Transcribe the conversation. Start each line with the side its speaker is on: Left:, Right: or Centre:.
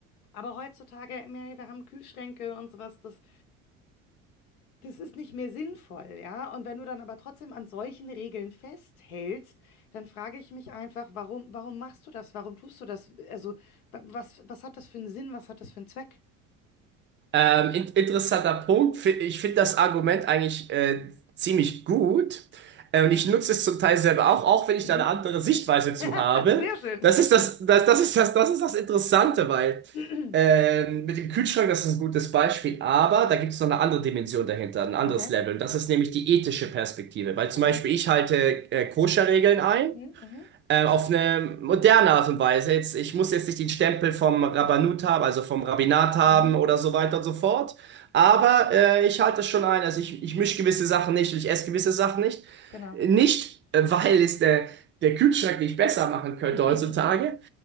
Left: aber heutzutage, ey, wir haben Kühlschränke und sowas, das, das ist nicht mehr sinnvoll, ja. Und wenn du dann aber trotzdem an solchen Regeln festhältst, dann frage ich mich einfach, warum, warum machst du das? Warum tust du das? Also, wa- was, was hat das für einen Sinn? Was hat das für einen Zweck?
Right: Ähm, in interessanter Punkt. Fi- Ich finde das Argument eigentlich äh, ziemlich gut. Äh, und ich nutze es zum Teil selber auch, auch wenn ich
Left: Mhm.
Right: da eine andere
Left: <laughs>
Right: Sichtweise zu habe.
Left: Ah, sehr schön.
Right: Das ist das, das, das ist das, das ist das Interessante, weil
Left: <clears throat>
Right: ähm, mit dem Kühlschrank, das ist ein gutes Beispiel, aber da gibt es noch eine andere Dimension dahinter, ein anderes
Left: Okay,
Right: Level. Und das ist nämlich die ethische Perspektive. Weil zum
Left: okay.
Right: Beispiel ich halte äh, Koscher-Regeln ein
Left: Mhm, mhm,
Right: ähm, auf eine moderne Art und Weise. Jetzt, ich muss jetzt nicht den Stempel vom Rabbanut haben, also vom Rabbinat haben
Left: mhm.
Right: oder so
Left: Klar,
Right: weiter und so fort. Aber äh, ich halte das schon ein. Also ich, ich mische gewisse Sachen nicht und ich esse gewisse Sachen nicht.
Left: genau.
Right: Nicht, äh, weil es der, der Kühlschrank nicht besser machen könnte
Left: <laughs>
Right: heutzutage,